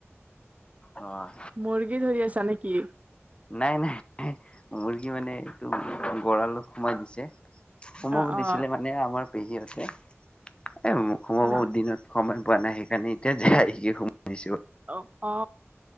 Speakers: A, on the left; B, on the right.
A: অ'
B: মুৰ্গী ধৰি আছা নেকি
A: নাই নাই মুৰ্গী মানে এইটো গঁৰালত সোমাই দিছে সোমাব
B: অ অ
A: দিছিলে মানে আমাৰ পেহীতে এ সোমাব
B: অ
A: দিনত সময় পোৱা নাই সেইকাৰণে এতিয়া যে আহিকে সোমাইনিছো
B: অ অ